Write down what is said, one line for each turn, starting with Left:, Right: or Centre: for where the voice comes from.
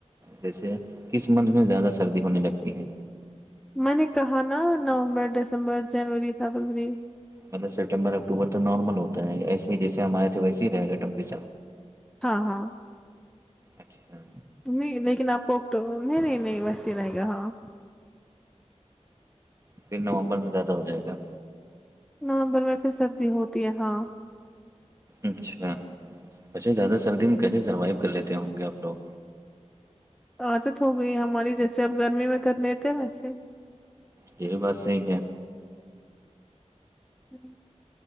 Right: جیسے کس مند میں زیادہ سردی ہونے لگتی ہے
Centre: میں نے کہا نا نومبر دسمبر جنوری فبروری
Right: مطلب سپٹمبر اکٹوبر تو نارمل ہوتا ہے ایسے ہی جیسے ہم آئے تھے ویس ہی رہے گ ٹمپیسر
Centre: ہاں ہاں
Right: اچ ہ
Centre: نہیں لیکن آپ کو تو نہیں نہیں نہیں ویسے ہی رہے گا ہاں
Right: پھر نومبر میں زیادہ ہو جائے گا
Centre: نومبر میں پھر سردی ہوتی ہے ہاں
Right: اچھا اچھا زیادہ سردی میں کیسے سروائو کر لیتے ہوں گے آپ لوگ
Centre: عادت ہو گئی ہماری جیسے آپ گرمی میں کر لیتے ویسے
Right: یہ بھی بات سی ہے
Centre: جوں